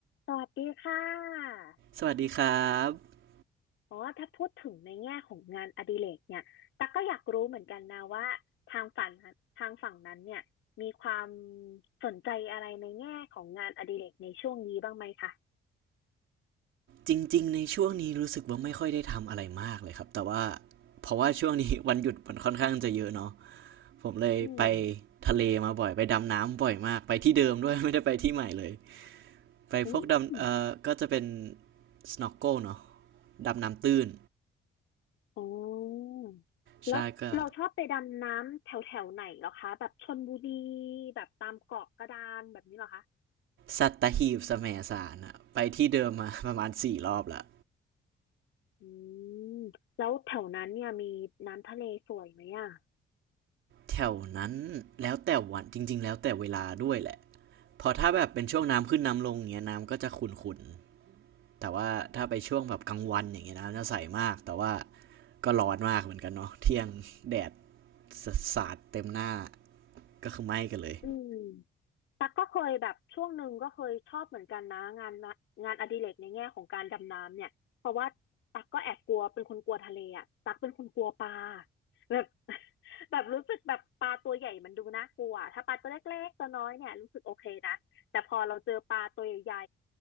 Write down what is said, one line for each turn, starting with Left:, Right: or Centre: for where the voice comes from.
Left: สวัสดีค่ะ
Right: สวัสดีครับ
Left: อ๋อถ้าพูดถึงในแง่ของงานอดิเรกเนี่ยตั๊กก็อยากรู้เหมือนกันนะว่าทางฝั่งนั้นทางฝั่งนั้นเนี่ยมีความสนใจอะไรในแง่ของงานอดิเรกในช่วงนี้บ้างไหมคะ
Right: จริงๆในช่วงนี้รู้สึกว่าไม่ค่อยได้ทำอะไรมากเลยครับแต่ว่าเพราะว่าช่วงนี้วันหยุดมันค่อนข้างจะเยอะเนาะผมเลยไป
Left: อืม
Right: ทะเลมาบ่อยไปดำน้ำบ่อยมากไปที่เดิมด้วย <laughs> ไม่ได้ไปที่ใหม่เลยไปพวกดำเอ่อก็จะเป็น
Left: อืม
Right: snorkel เนาะดำน้ำตื้น
Left: อ๋อ
Right: ใช่ก็
Left: แล้วเราชอบไปดำน้ำแถวแถวไหนเหรอคะ แบบชลบุรีแบบตามเกาะกระดานแบบนี้เหรอคะ
Right: สัตหีบแสมสารอะไปที่เดิมมา <laughs> ประมาณสี่รอบละ
Left: อืมแล้วแถวนั้นเนี่ยมีน้ำทะเลสวยไหมอ่ะ
Right: แถวนั้นแล้วแต่วันจริงๆแล้วแต่เวลาด้วยแหละพอถ้าแบบเป็นช่วงน้ำขึ้นน้ำลงเงี้ยน้ำก็จะขุ่นๆ แต่ว่าถ้าไปช่วงแบบกลางวันอย่างเงี้ยนะจะใสมากแต่ว่าก็ร้อนมากเหมือนกันเนาะเที่ยงแดดสาดเต็มหน้าก็คือไหม้กันเลย
Left: อืม ตักก็เคยแบบช่วงหนึ่งก็เคยชอบเหมือนกันนะงานละงานอดิเรกในแง่ของการดำน้ำเนี่ยเพราะว่าตักก็แอบกลัวเป็นคนกลัวทะเลอ่ะตักเป็นคนกลัวปลาแบบ <laughs> แบบรู้สึกแบบปลาตัวใหญ่มันดูน่ากลัวถ้าปลาตัวเล็กๆตัวน้อยเนี่ยรู้สึกโอเคนะแต่พอเราเจอปลาตัวใหญ่